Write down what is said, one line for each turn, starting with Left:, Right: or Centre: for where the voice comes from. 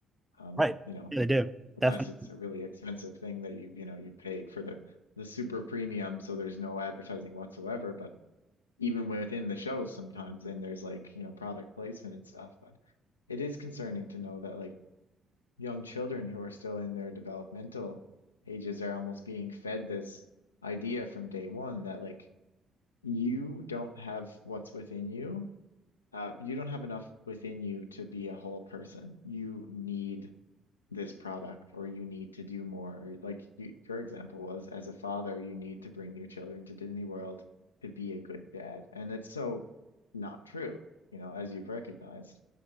Left: Um,
Centre: right,
Left: you know,
Centre: they do.
Left: unless
Centre: Definitely.
Left: it's a really expensive thing that you you know you've paid for the the super premium, so there's no advertising whatsoever. But even within the shows sometimes and there's like you know product placement and stuff but it is concerning to know that like young children who are still in their developmental ages are almost being fed this idea from day one that like you don't have what's within you uh, you don't have enough within you to be a whole person you need this product or you need to do more or like you, your example was as a father you need to bring your children to Disney World to be a good dad and it's so not true you know as you've recognized